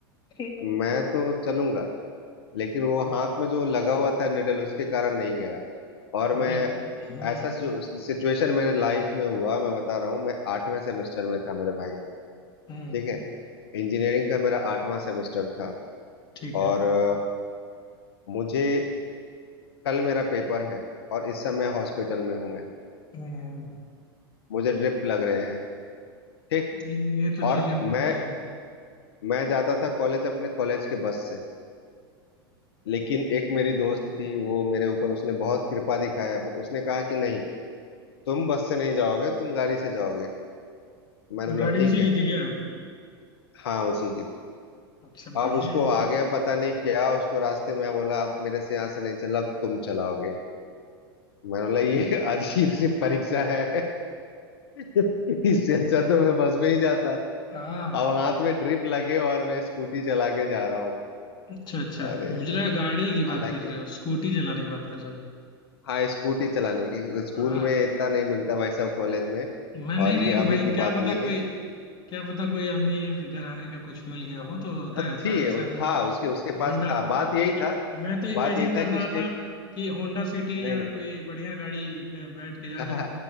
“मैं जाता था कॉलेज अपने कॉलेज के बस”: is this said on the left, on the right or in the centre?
Left